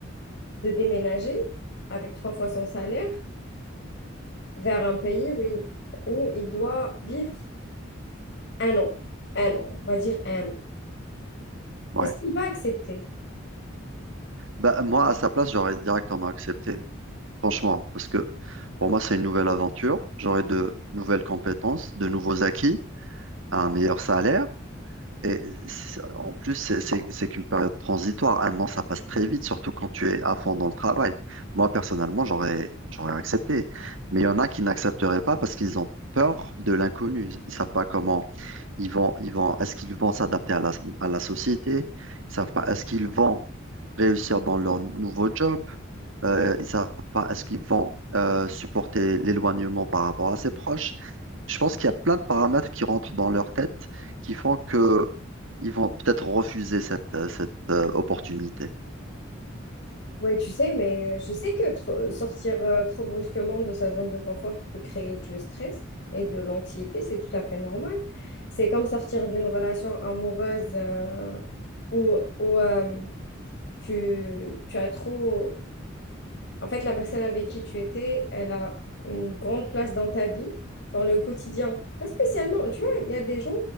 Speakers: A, on the left; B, on the right.
A: de déménager avec trois fois son salaire vers un pays où il, où il doit vivre un an, un an, on va dire un an.
B: ouais.
A: Est-ce qu'il va accepter?
B: Bah, moi, à sa place, j'aurais directement accepté, franchement, parce que pour moi, c'est une nouvelle aventure. J'aurais de nouvelles compétences, de nouveaux acquis, un meilleur salaire. Et c'est- en plus, c'est c'est- c'est qu'une période transitoire. Un an, ça passe très vite, surtout quand tu es à fond dans le travail. Moi, personnellement, j'aurais, j'aurais accepté. Mais il y en a qui n'accepteraient pas parce qu'ils ont peur de l'inconnu. Ils savent pas comment ils vont, ils vont, est-ce qu'ils vont s'adapter à la, à la société? Ils savent pas, est-ce qu'ils vont réussir dans leur nouveau job? Euh, ils savent pas, est-ce qu'ils vont euh, supporter l'éloignement par rapport à ses proches? je pense qu'il y a plein de paramètres qui rentrent dans leur tête qui font que ils vont peut-être refuser cette, euh, cette euh, opportunité.
A: Oui, tu sais, mais je sais que tr- sortir euh, trop brusquement de sa zone de confort peut créer du stress et de l'anxiété, c'est tout à fait normal. C'est comme sortir d'une relation amoureuse euh, où, où, euh, tu, tu as trop, En fait, la personne avec qui tu étais, elle a une grande place dans ta vie, dans le quotidien. Pas spécialement, tu vois, il y a des gens,